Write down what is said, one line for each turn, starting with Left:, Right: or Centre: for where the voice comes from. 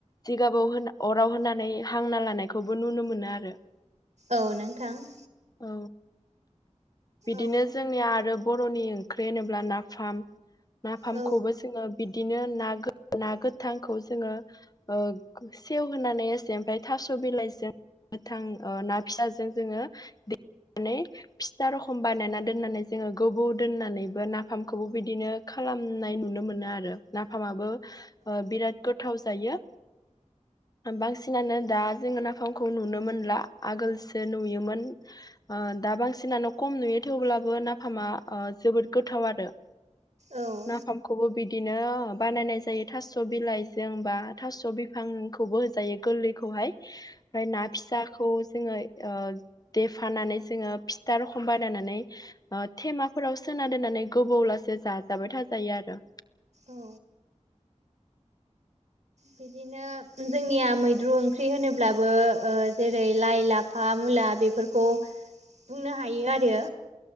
Left: जिगाबाव होन अराव होनानै हांना लानायखौबो नुनो मोनो आरो।
Right: औ नोंथां।
Left: औ। बिदिनो
Right: औ
Left: जोंनि आरो बर'नि ख्रि होनोब्ला नाफाम, नाफामखौबो
Right: औ
Left: जोङो बिदिनो नागोथ ना गोथांखौ जोङो ओ सेव होनानै एसे ओमफाय थास' बिलाइजों गोथां ओ ना फिसाजों जोङो दे नै फिथा रखम बानायना दोननानै जोङो गोबौ दोननानैबो नाफामखौबो बिदिनो खालामनाय नुनो मोनो आरो नाफामाबो बिराद गोथाव जायो। बांसिनानो दा जोङो नाफामखौ नुनो मोनला आगोलसो नुयोमोन। ओ दा बांसिनानो खम नुयो थेवब्लाबो नाफामा ओ जोबोद गोथाव आरो।
Right: औ औ
Left: नाफामखौबो बिदि बिदिनो बानायनाय जायो थास' बिलाइजों बा थास' बिफांखौबो होजायो गोरलैखौहाय ओमफाय ना फिसाखौ जोङो ओ देफानानै जोङो फिथा रखम बानायनानै ओ थेमाफोराव सोना दोननानै गोबावलासे जाजाबाय थाजायो आरो।
Right: औ। बिदिनो जोंनिया मैद्रु ओंख्रि होनोब्लाबो ओ जेरै लाइ लाब फा मुला बेफोरखौ बुंनो हायो आरो